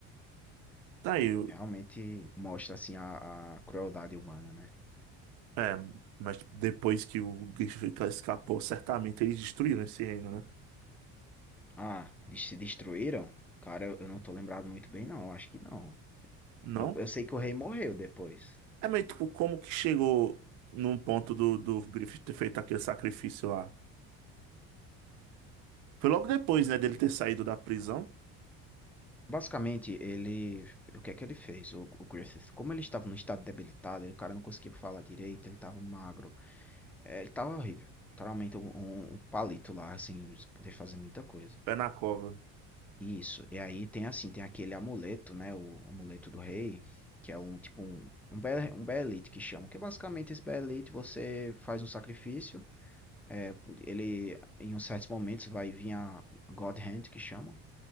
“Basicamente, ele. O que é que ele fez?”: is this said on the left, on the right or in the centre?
Centre